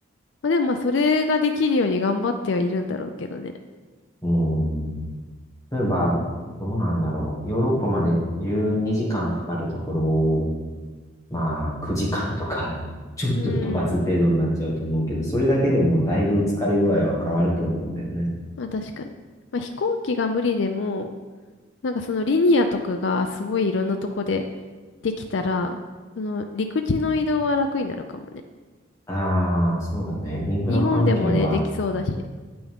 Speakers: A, on the left; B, on the left.
A: まあでもまあそれができるように頑張ってはいるんだろうけどね。
B: うーん。例えば、どうなんだろう。ヨーロッパまで12時間かんかかるところまあ、9時間とか、<laughs> ちょっと飛ばす程度になっちゃうと思うけど、
A: うーん。
B: それだけでもだいぶ疲れ具合は変わると思うんだよね。
A: まあ確かに。まあ飛行機が無理でも、なんかそのリニアとかがすごいいろんなとこでできたら、その陸地の移動は楽になるかもね。
B: ああ、そうだね。インフラ関係は、
A: 日本でもね、できそうだし。